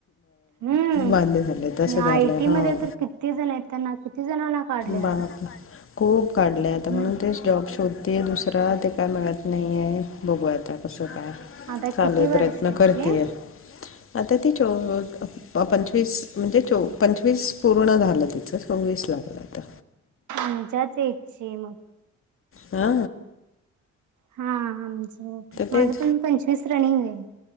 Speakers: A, on the right; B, on the left.
A: हम्म
B: बध्य झाले तशं झालं
A: आय टी
B: हां
A: मध्ये तर किती जण आहेत त्यांना किती जणांना काढले आता
B: बाप खूप काढलंय
A: हम्म
B: आता म्हणून ते जॉब शोधते दुस खरां ते काय मिळत नाही आहे बघूयता कसं काय
A: आता
B: चालू
A: किती वर्षाची
B: प्रयत्न करतेय आता तिच्या पंचवीस म्हणजे च पंचवीस पूर्ण झालं तिचं चोवीस लागलं तर
A: तुमच्याच इच्छे मग
B: हा
A: हा आमचं माझं
B: तेच
A: पण पंचवीस रनिंग आहे